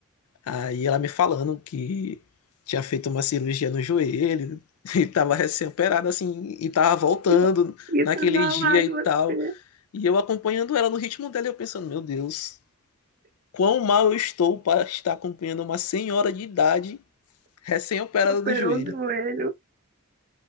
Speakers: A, on the left; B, on the right.
A: Aí ela me falando que tinha feito uma cirurgia no joelho <laughs> e tava recém-operada assim e tava voltando
B: E vo- E
A: naquele
B: tava
A: dia
B: lá, e
A: e tal.
B: você
A: E eu acompanhando ela no ritmo dela, e eu pensando, meu Deus, quão mal eu estou para estar acompanhando uma senhora de idade recém-operada
B: que operou
A: do joelho.
B: o joelho.